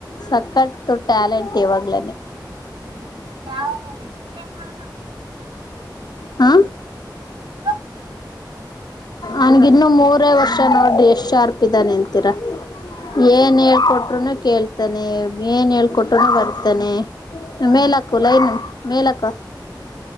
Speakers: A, on the left; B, on the right.
A: ಸಕ್ಕಷ್ಟು ಟ್ಯಾಲೆಂಟ್ ಇವಾಗ್ಲನೆೇ.
B: ಹ್ಮ್ ನಾವು ಎಷ್ಟೇನ್ ಮಾಡೇಡಮ.
A: ಹಾ
B: ಹೆಸ್ರು
A: ಅವ್ನ್ಗಿನ್ನು ಮೂರೇ ವರ್ಷ ನೋಡ್ರಿ ಎಷ್ಟಶಾರ್ಪಿದಾನೆ ಅಂತೀರಾ.
B: ಹಾ
A: ಏನ್ ಹೇಳ್ಕೊಟ್ರುನು ಕೇಳ್ತಾನೆ ಏನ್ ಹೇಳ್ಕೊಟ್ರುೂನು ಬರ್ತಾನೆ.
B: ಹಾ
A: ಮೇಲಕ್ಕು ಲೈನ್ ಮೇಲಕ್ಕ